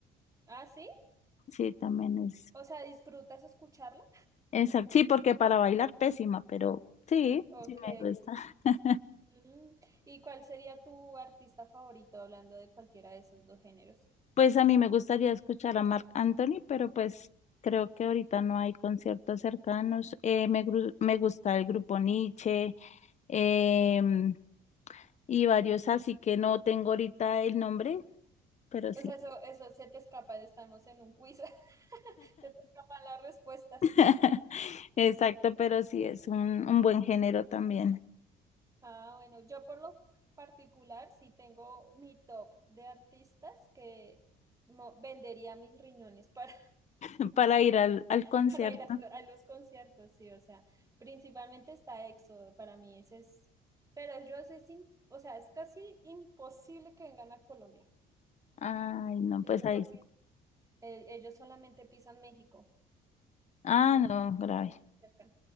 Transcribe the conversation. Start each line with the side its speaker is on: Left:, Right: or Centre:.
Right: ah, sí,
Left: Sí, también es.
Right: o sea, ¿disfrutas escucharla?
Left: Exacto. Sí, porque para bailar pésima, pero sí,
Right: Ok.
Left: sí me gusta. <laughs>
Right: Mm, ¿Y cuál sería tu artista favorito hablando de cualquiera de esos dos géneros?
Left: Pues a mí me gustaría escuchar a Marc Anthony, pero pues creo que ahorita no hay conciertos cercanos. Eh, me, gru- me gusta el grupo Nietzsche, em, y varios así que no tengo ahorita el nombre, pero
Right: O
Left: sí.
Right: sea, eso, eso se te escapa, estamos en un quiz, <laughs> se te escapan las respuestas.
Left: <laughs> Exacto, pero sí es un, un buen género también
Right: Ah, bueno, yo por lo particular sí tengo mi top de artistas que mo- vendería mis riñones para,
Left: <laughs> para ir al, al concierto.
Right: <laughs> para ir a, a los conciertos, sí, o sea, principalmente está EXO, para mí ese es, pero ellos es, im- o sea, es casi imposible que vengan a Colombia,
Left: Ay, no,
Right: eso
Left: pues ahí
Right: porque
Left: sí.
Right: eh, ellos solamente pisan México.
Left: Ah,
Right: Ellos
Left: no,
Right: todavía
Left: grave.
Right: no se acercan.